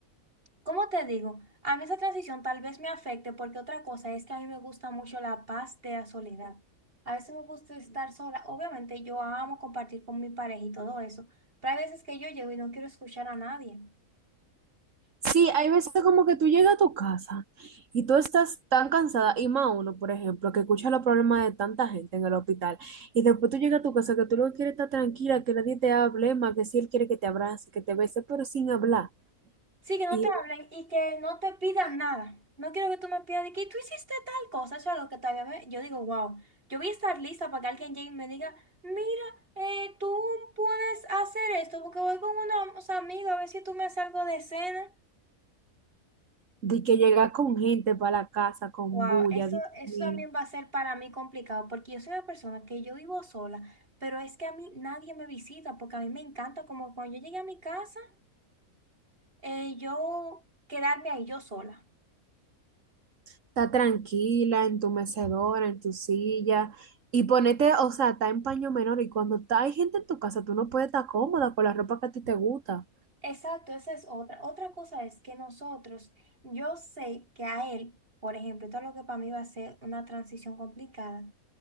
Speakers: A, on the right; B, on the right.
A: ¿Cómo te digo? A mí esa transición tal vez me afecte porque otra cosa es que a mí me gusta mucho la paz de la soledad. A veces me gusta estar sola. Obviamente yo amo compartir con mi pareja y todo eso, pero hay veces que yo llego y no quiero escuchar a nadie.
B: Sí, hay veces como que tú llegas a tu casa y tú estás tan cansada, y más uno, por ejemplo, que escucha los problemas de tanta gente en el hospital, y después tú llegas a tu casa que tú no quieres estar tranquila, que nadie te hable más, que si él quiere que te abrace, que te bese, pero sin hablar.
A: Sí, que no
B: Y
A: te hablen y que no te pidan nada. No quiero que tú me pidas de que tú hiciste tal cosa. Eso es algo que todavía me- yo digo, wow, yo voy a estar lista para que alguien llegue y me diga, mira, eh, tú puedes hacer esto porque voy con unos amigos a ver si tú me haces algo de cena.
B: De que llega con gente para la casa, con
A: Wow,
B: bulla,
A: eso,
B: Dios
A: eso
B: mío.
A: también va a ser para mí complicado porque yo soy una persona que yo vivo sola, pero es que a mí nadie me visita porque a mí me encanta como cuando yo llegué a mi casa, eh, yo quedarme ahí yo sola.
B: Está tranquila en tu mecedora, en tu silla. Y ponete, o sea, está en paño menor. Y cuando está, hay gente en tu casa, tú no puedes estar cómoda con la ropa que a ti te gusta.
A: Exacto, esa es otra. Otra cosa es que nosotros, yo sé que a él, por ejemplo, todo lo que para mí va a ser una transición complicada,